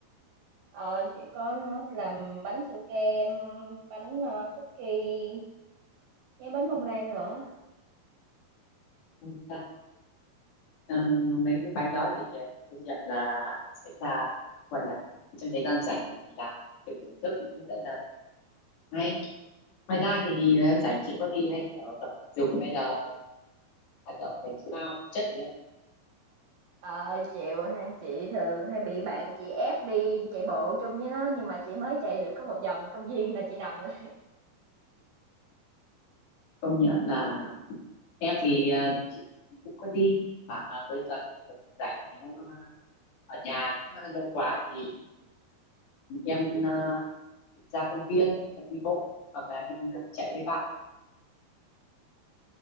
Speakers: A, on the right; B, on the left.
A: Ờ, chị có làm bánh su kem, bánh, ơ, cookie với bánh bông lan nữa.
B: Ừ, ta- ờ, mấy cái bánh đó thì à, công nhận là sẽ là gọi là trong thời gian rảnh thì mình làm tự thưởng thức cũng rất là hay ngoài ra thì thời gian rảnh chị có đi hay kiểu tập dục hay là hoạt động thể thao thể chất thì em
A: Ờ, chịu ha, chị thường hay bị bạn chị ép đi chạy bộ chung với nó nhưng mà chị mới chạy được có một vòng công viên là chị nằm rồi. <laughs>
B: công nhận là em thì ờ, chị cũng có đi khoảng ờ, cuối tuần cũng rảnh nếu ờ, ở nhà cũng hơi lâu quá thì em ờ, ra công viên em đi bộ hoặc là em ờ, chạy với bạn